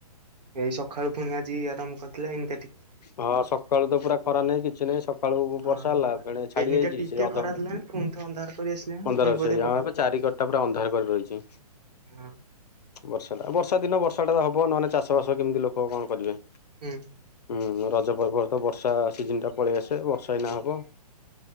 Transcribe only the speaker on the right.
ଏଇ ସକାଳୁ ପୁଣି ଆଜି ଆରମ୍ଭ କରିଦେଲା ଏଇ
ହଁ।
ଏଇନିକା
ଟିକେ
ଖରା ଦେଲାଣି ପୁଣି ତ ଅନ୍ଧାର କରି ଆସିଲାଣି
ପୁଣି ବୋଧେ
ପକେ
ହୁଁ।
ହୁଁ।